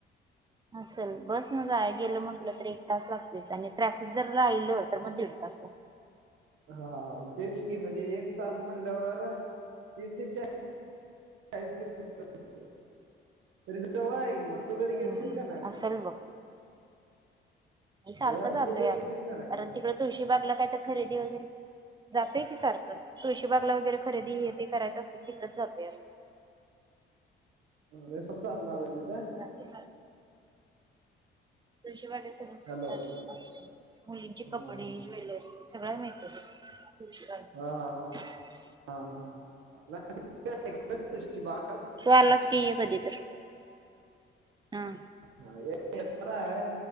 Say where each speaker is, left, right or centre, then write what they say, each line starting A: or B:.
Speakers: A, on the right; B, on the right.
A: असेल बसनं जायाय गेलं म्हटलं तर एक तास लागतेच आणि ट्रॅफिक जर राहिलं तर मग दीड तास लाग
B: हा हां म तेच की, एक तास म्हणल्यावर तीस ते चा ळीस किलो मीटर होतं. तरी जवळ हाय की मग, तू कधी गेलतीस
A: हम्म
B: का नाही
A: असेल
B: मग?
A: बघ मी सारखं
B: अ
A: जातोय
B: तू कधी
A: आम्ही.
B: गेलतीस का
A: कारण तिकडं तुळशी बागला काय तर खरेदी वगैरे जातोय की सारखं. तुळशी बागला वगैरे खरेदी हे ते करायचं असलं की तिथंच जातोय आम्ही.
B: लय स्वस्त असणार हाय तिथं.
A: <inaudible> तुळशी बागेत सर्व स्वस्थ
B: हॅलो
A: असते. मुलींचे
B: हा
A: कपडे, ज्वेलरीज. सगळं मिळतंय तिथं तुळशी बागे
B: हा.
A: <inaudible>
B: <inaudible>
A: तु आलास की ये कधीतर, हां.
B: हा ये येणार आहे,